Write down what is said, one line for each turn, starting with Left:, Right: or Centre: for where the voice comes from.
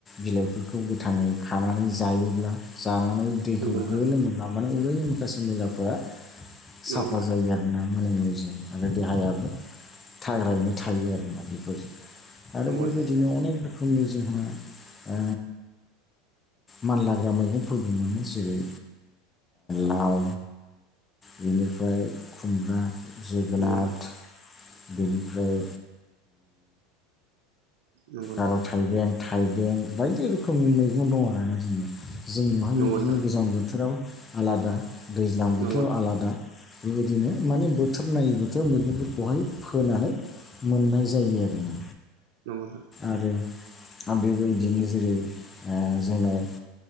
Left: बिलाइफोरखौ गोथाङै खानानै जायोब्ला जानानै दैखौ
Right: नंगौ नोंथां
Left: गो लोङोब्ला माने उदैनि माखासे मैलाफोरा साफा
Right: नंगौ
Left: जायो आरोना मालाय निउजों आरो देहायाबो थाग्रायैनो थायो आरो ना बेफोर आरो
Right: नोंथां
Left: बेबायदिनो अनेक रोखोम नि जोंहा ओ मानलाग्रा मैगंफोरबो मोनो जेरै लाव बेनिफ्राय खुमब्रा जोगोनाथ
Right: नंगौ
Left: बेनिफ्राय
Right: नंगौ नंगौ
Left: ओ <unintelligible> थाइबें थाइबें बायदि रोखोमनि मैगं दं आरोना जोंनि जोंनिवहाय
Right: नंगौ
Left: बेदिनो
Right: नोंथां नंगौ नोंथां
Left: गोजां बोथोराव आलादा दैज्लां
Right: नंगौ
Left: बोथोराव आलादा दिनो माने बोथोर नायै बोथोर मैगंफोरखौहाय फोनानै मोननाय जायो आरो ना
Right: नंगौ नोंथां।
Left: आरो बेबायदिनो जेरै ओ जोंनाव